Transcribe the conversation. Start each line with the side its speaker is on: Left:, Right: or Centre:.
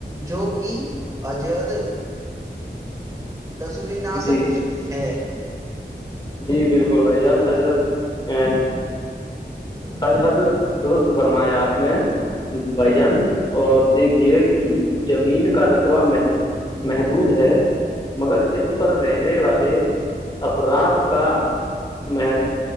Right: جو کہ عجد تصوناسک
Left: جی
Right: ہے
Left: جی بالکل بھائی جان اجرت اج حد درست فرمایا آپ نے بھائی جان اور دیکھیے کہ زمین کا رقبہ مح محدود ہے مگر اس پر رہنے والے افراد کا مح